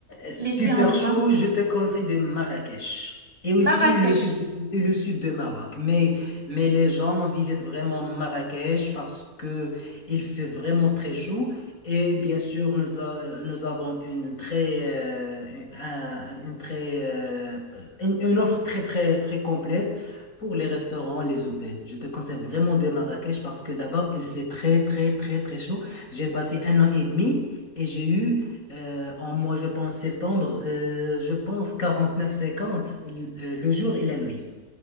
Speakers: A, on the left (about 65°); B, on the right (about 20°).
A: Super
B: l'été indien.
A: chaud, je te conseille de Marrakech. Et aussi
B: Marrakech.
A: le sud, et le sud de Maroc. Mais, mais les gens visitent vraiment Marrakech parce que il fait vraiment très chaud. Et bien sûr, nous, a- nous avons une très, euh, un- une, très, euh, une, une offre très, très, très complète pour les restaurants, les hôtels. Je te conseille vraiment de Marrakech parce que là-bas, il fait très, très, très, très chaud. J'ai passé un an et demi. Et j'ai eu euh, en mois, je pense septembre, euh, je pense 49-50, le euh, le jour et la nuit.